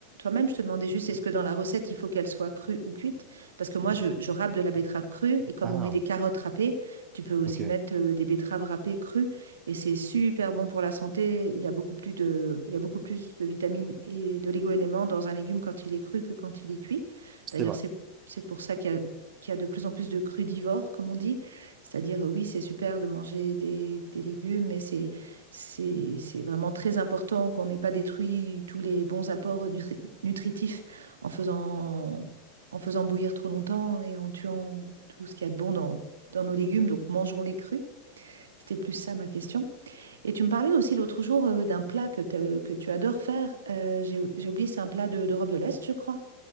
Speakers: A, on the right; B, on the right.
A: même je te demandais juste est-ce que dans la recette, il faut qu'elle soit crue ou cuite. Parce que moi, je, je râpe de la betterave crue et comme
B: Ah,
A: on met des carottes râpées, tu peux aussi
B: ok.
A: mettre euh, des betteraves râpées crues et c'est super bon pour la santé. Il y a beaucoup plus de, il y a beaucoup plus de vitamines et de légumes dans un légume quand il est cru que quand il est cuit.
B: C'est
A: D'ailleurs,
B: vrai.
A: c'est, c'est pour ça qu'il y a, qu'il y a de plus en plus de crudivores, comme on dit. C'est-à-dire, euh, oui, c'est super de manger des, des légumes, mais c'est c'est, c'est vraiment très important qu'on n'ait pas détruit tous les bons apports nutri- nutritifs en faisant, en faisant bouillir trop longtemps et en tuant tout ce qu'il y a de bon dans, dans nos légumes. Donc mangeons-les crus. C'était plus ça ma question. Et tu me parlais aussi l'autre jour euh, d'un plat que, t'as- que tu adores faire. Euh, j'ai, j'ai oublié, c'est un plat de, d'Europe de l'Est, je crois.